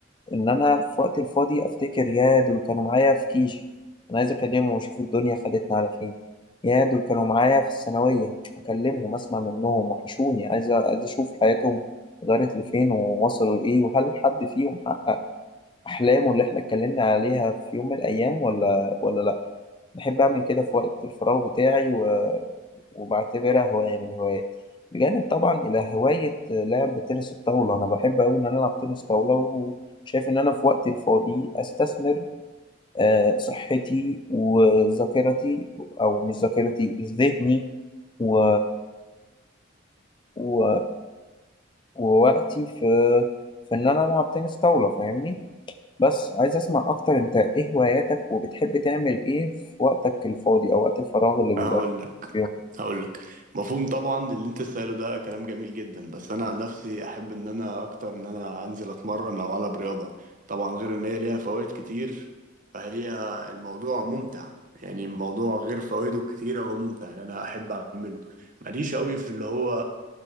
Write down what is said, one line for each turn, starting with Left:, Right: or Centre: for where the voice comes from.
Left: ان انا في وقت الفاضي افتكر يا دول كانوا معايا في كيجي انا عايز اكلمهم واشوف الدنيا خدتنا على فين يا دول كانوا معايا في الثانويه اكلمهم اسمع منهم وحشوني عايز عايز اشوف حياتهم غيرت لفين ووصلوا لايه وهل حد فيهم حقق احلامه اللي احنا اتكلمنا عليها في يوم من الايام ولا ولا لا بحب اعمل كده في وقت الفراغ بتاعي وبعتبرها هواية من الهوايات بجانب طبعا إلى هواية لعب تنس الطاولة أنا بحب أوي إن أنا ألعب تنس طاولة وشايف إن أنا في وقتي الفاضي أستثمر آه، صحتي وذاكرتي أو مش ذاكرتي ذهني و... و... ووقتي في في إن أنا ألعب تنس طاولة فاهمني بس عايز أسمع أكتر أنت إيه هواياتك وبتحب تعمل إيه في وقتك الفاضي أو وقت الفراغ اللي بيبقى
Right: هقول لك
Left: فيه؟
Right: هقول لك مفهوم طبعا اللي انت سأله ده كلام جميل جدا بس انا عن نفسي احب ان انا اكتر ان انا انزل اتمرن او العب رياضه طبعا غير ان هي ليها فوائد كتير فهي الموضوع ممتع يعني الموضوع غير فوائده الكتيره هو ممتع ان انا احب اعمله ماليش قوي في اللي هو